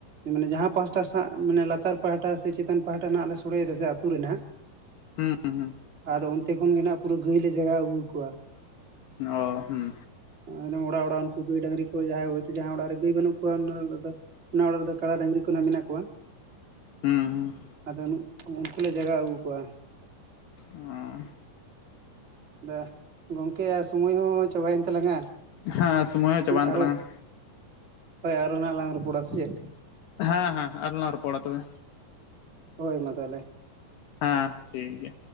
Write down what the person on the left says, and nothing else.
ᱩᱸᱻ ᱩᱜ
ᱚ ᱦᱩᱸ
ᱩ ᱦᱩᱸᱻ
ᱚᱸᱻᱻ
ᱦᱮᱸ ᱥᱚᱢᱚᱭ ᱦᱚᱸ ᱪᱟᱵᱟᱭᱮᱱ
ᱛᱟᱞᱟᱝᱼᱟ᱾
ᱦᱮᱸ ᱦᱮᱸ ᱟᱨᱦᱚᱸ ᱞᱟᱝ ᱨᱚᱯᱚᱲᱟ ᱛᱚᱵᱮ᱾
ᱦᱮᱸ ᱴᱷᱤᱠ ᱜᱮᱭᱟ᱾